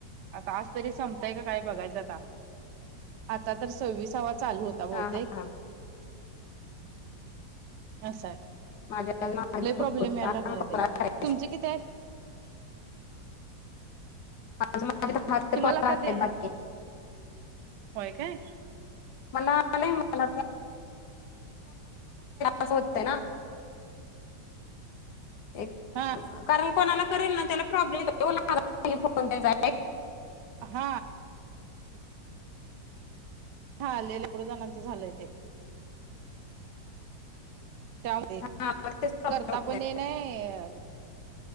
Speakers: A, on the right; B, on the left.
A: आता आज तरी संपताय का काय बघायचं आता आता तर सव्वीसावा चालू होत.
B: हा हा
A: <inaudible>
B: हा
A: अस आहे
B: माझ्या आज माझ्या
A: लय प्रॉब्लेम
B: वर
A: यायला
B: हा
A: लागला ते
B: करायचा.
A: तुमचे किती आहेत?
B: माझ माझ स तरीॉ
A: तुम्हाला
B: बाकी
A: कधी आलाय
B: <inaudible>
A: होय काय?
B: म नाही म असं होतय ना, एक
A: हा
B: कारण कोणाला करेल ना त्याला प्रॉब्लेम फोन त्याचा
A: हा हा भरपूर णांचं झालंय ते करता
B: हा, मग तेच होतोय.
A: पण ये नाही....